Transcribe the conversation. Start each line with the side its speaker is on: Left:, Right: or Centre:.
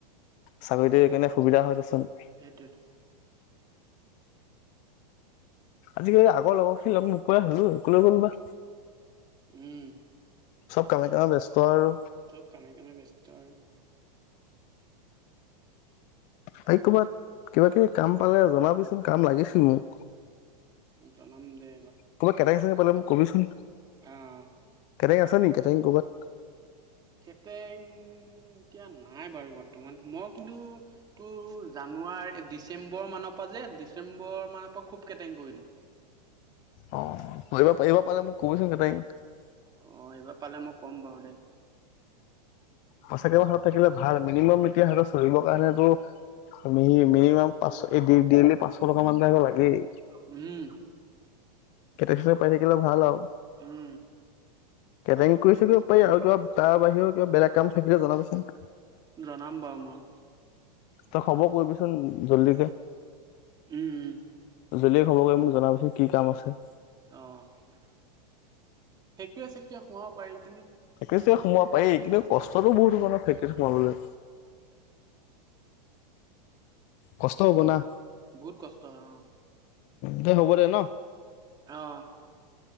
Left: চাকৰিটো একেনে সুবিধা হয় দে চোন।
Right: সেইটোৱেটো।
Left: আজিকালি আগৰ লগখিনি লগ নোপোৱাই হ'ল ঐ ক'লে গ'ল বা।
Right: উম।
Left: চব কামে কামে ব্যস্ত আৰু।
Right: চব কামে কামে ব্যস্ত আৰু।
Left: ভাই ক'বাত কিবা কিবি কাম পালে জনাবিচোন কাম লাগিছিল মোক।
Right: জনাম দে
Left: কবাত কেনেকে চেনেকে পেলাম কবি চোন
Right: অহ
Left: কেটাইং আছে নেকি কেটাইং ক'ৰবাত
Right: কেটেং এতিয়া নাই বাৰু বৰ্তমান মই কিন্তু তোৰ জানুৱাৰী ডিচেম্বৰ মানৰ পৰা যে ডিচেম্বৰ মানৰ পৰা খুব কেটেং কৰিলো
Left: অ ধৰিব পাৰিব পালে মোক কবচোন কেটেঙ <unintelligible>
Right: অহ এইবাৰ পালে মই কম বাৰু দে
Left: পইচা কেইটা মান হাত থাকিলে ভাল মিনিমাম এতিয়া সিহত চৰিৰ কাৰণেতো মিনিমাম পাঁচশ এই ডে ডেলি পাঁচশ টকা মান এটা লাগেই
Right: উম
Left: কেটেং ছেটেন পাই থাকিলে ভাল আও
Right: উম
Left: কেটৰিং কৰি থাকিব পাৰি আৰু কিবা তাৰ বাহিৰেৰ কিবা বেলেগ কাম থাকিলে জনাবচোন
Right: জনাম বাৰু মই
Left: তই খব কৰিবিচোন জল্দিকে
Right: উম উম
Left: জল্দি খব কৰি মোক জনাবচোন কি কাম আছে
Right: অহ সেইটোৱে <unintelligible> এতিয়া সোমাব পাৰিছ
Left: <unintelligible> সোমাব পায়েই কিন্তু কষ্টতো বহুত <unintelligible> সোমাবলৈ কষ্ট হ'ব না
Right: বহুত কষ্ট হয়, অ'।
Left: দে, হ'ব দে ন?
Right: অ'।